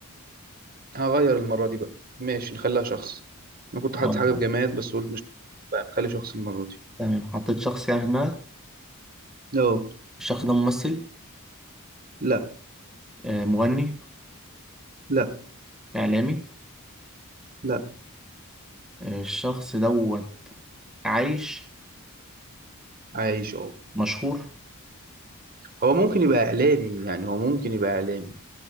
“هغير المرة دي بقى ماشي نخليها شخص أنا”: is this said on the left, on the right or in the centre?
Right